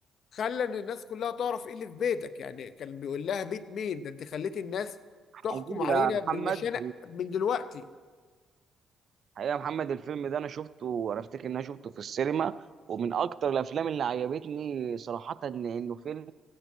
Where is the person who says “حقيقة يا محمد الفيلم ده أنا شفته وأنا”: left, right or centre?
Right